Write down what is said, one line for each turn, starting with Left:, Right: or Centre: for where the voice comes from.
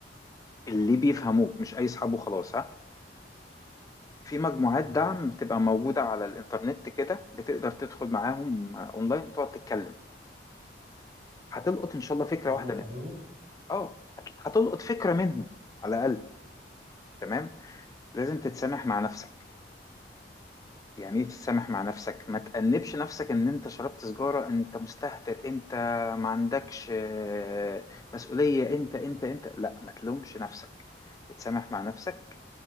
Left: اللي بيفهموك مش اي صحاب وخلاص ها في مجموعات
Right: مم.
Left: دعم بتبقى موجودة على الإنترنت كده بتقدر تدخل معاهم آه، أونلاين وتقعد تتكلم هتلقط إن شاء الله فكرة
Right: دول
Left: واحدة
Right: هيساعدوني
Left: منهم أه هتلقط فكرة منهم على الأقل تمام لازم تتسامح مع نفسك يعني ايه تتسامح مع نفسك ما تأنبش نفسك ان انت شربت سجارة انت مستهتر انت ما عندكش آه، مسؤولية انت انت انت لا ما تلومش نفسك تتسامح مع نفسك